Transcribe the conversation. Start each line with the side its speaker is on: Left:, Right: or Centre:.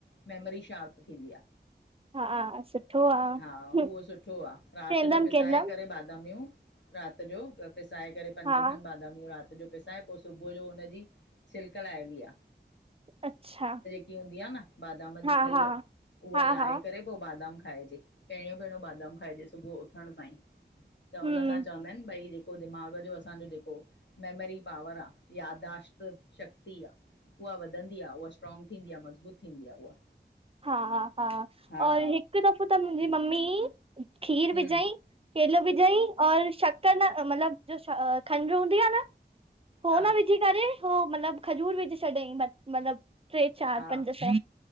Left: मैमरी शार्प थींदी आ।
Right: हा सुठो आहे
Left: हा उहो सुठो आ, रात
Right: केंदम
Left: जो पिसाए
Right: केंदम
Left: करे बादामियूं रात जो पिसाए करे पंज
Right: हा
Left: खन बादामियूं रात ॼो पिसाए पो सुबूह जो हुनजी, छिलका लाइबी आ।
Right: अच्छा
Left: हूंदी आ न बादाम जी
Right: हा
Left: खल,
Right: हा
Left: उहा
Right: हा
Left: लाहे
Right: हा
Left: करे पो बादाम खाइजे, पहिरियों पहिरियों बादाम खाइजे सुबूह जो उथण सां ई। त हुन
Right: हम
Left: सां चवंदा आहिन ॿई ॾे पो दिमाग़ जो असांजो जेको, मैमरी पावर आ, याददाश्त शक्ति आ। उहा वधंदी आ उहा स्ट्रॉग थींदी आ मज़बूत थींदी आ उहा
Right: हा हा हा
Left: हा
Right: और हिक दफ़ो त मुंहिंजी मम्मी खीर
Left: हम्म
Right: विझई केलो विझई और शक्कर न मतलब जो खंड हूंदी आ न हो
Left: हा
Right: न विझी करे हू मतलब खजूर विझी छॾईं मतलब टे चार
Left: हा
Right: पंज सै